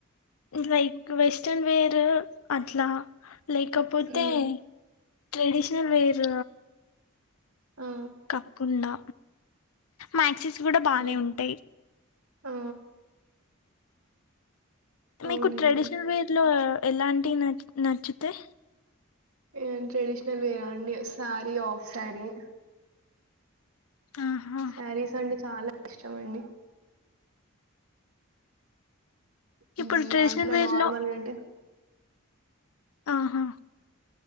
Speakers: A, on the left; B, on the right.
A: లైక్ వెస్టర్న్ వేర్ అట్లా లేకపోతే
B: మ్
A: ట్రెడిషనల్ వేర్
B: ఆ
A: కాకుండా మ్యాక్సీస్ కూడా బానే
B: ఆ
A: ఉంటాయి
B: ఆ
A: మీకు
B: అవునండి
A: ట్రెడిషనల్ వే లో ఎలాంటి న నచ్చుతే
B: ఏ ట్రెడిషనల్ వేర్ అండి సారీ ఆఫ్ సారీ
A: ఆహా
B: శారీస్ అండి చాలా ఇష్టం అండి హ్మ్మ్
A: ఇప్పుడు ట్రెడిషనల్
B: దాంట్లో
A: వేర్
B: నార్మల్
A: లో
B: ఏంటే
A: ఆహా